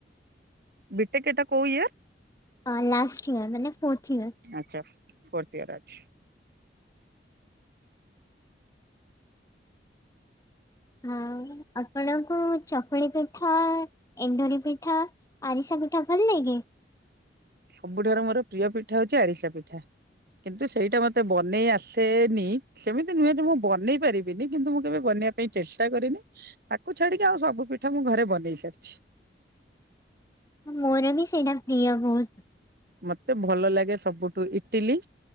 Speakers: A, on the right; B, on the left.
A: ବିଟେକ୍ ଏଟା କୋଉ ଇୟର।
B: ଅଁ ଲାଷ୍ଟ ଇୟର ମାନେ ଫୋର୍ଥ ଇୟର।
A: ଆଚ୍ଛା ଫୋର୍ଥ ଇୟର ଅଛି।
B: ଆଉ ଆପଣଙ୍କୁ ଚକୁଳି ପିଠା ଏଣ୍ଡୁରି ପିଠା ଆରିଷା ପି ଠା ଭଲ ଲାଗେ।
A: ସବୁଠାରୁ ମୋର ପ୍ରିୟ ପିଠା ହଉଛି ଆରିସା ପିଠା। କିନ୍ତୁ ସେଇଟା ମତେ ବନେଇ ଆସେଏ ନି ସେମିତି ନୁହେଁ ଯେ ମୁଁ ବନେଇ ପାରିବିନି କିନ୍ତୁ ମୁଁ କେବେ ବନେଇବା ପାଇଁ ଚେଷ୍ଟା କରିନି ତାକୁ ଛାଡିକି ଆଉ ସବୁ ପିଠା ମୁଁ ଘରେ ବନେଇ ସାରିଛି।
B: ମୋର ବି ସେଇଟା ପ୍ରିୟ ବହୁତ।
A: ମତେ ଭଲ ଲାଗେ ସବୁଠୁ ଇଟିଲି